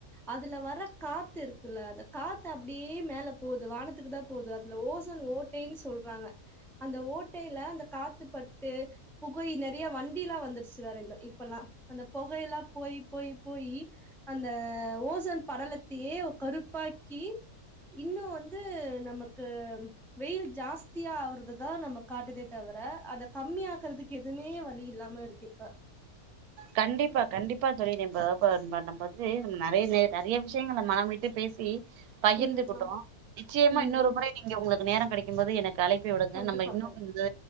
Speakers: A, in the centre; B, on the right.
A: அதுல வர காத்து இருக்குல்ல அத காத்து அப்டியே மேல போது வானத்துக்குதா போது அதுல ஓசோன் ஓட்டைன் சொல்றாங்க அந்த ஓட்டைல அந்த காத்து பட்டு புகை நிறைய வண்டிலா வந்து சிவாரைல இப்பல்லா அந்த பொகையில்லா போயி போயி போயி அந்த ஓசோன் படலத் ஏ கருப்பாக்கி இன்னு வந்து நமக்கு வெயில் ஜாஸ்தியா ஆவறதுதா நம்மக் காட்டுதே தவர அத கம்மியாக்கறதுக்கு எதுமே வழி இல்லாம இருக்கு இப்ப
B: கண்டிப்பா கண்டிப்பா தோழி நம்ம இப்ப நம்ம வந்து நறைய நே நறைய விஷயங்கள மனம்விட்டு பேசி பகிந்துகுட்டோ
A: ம் ஆமா
B: நிச்சியமா
A: ம்
B: இன்னொரு
A: ம்
B: முறை நீங்க உங்களுக்கு நேரம் கடைக்கும்போது எனக்கு அழைக் பிவுடுங்க
A: கண்டிப்பா
B: நம்ம இன்னு
A: கண்
B: வந்து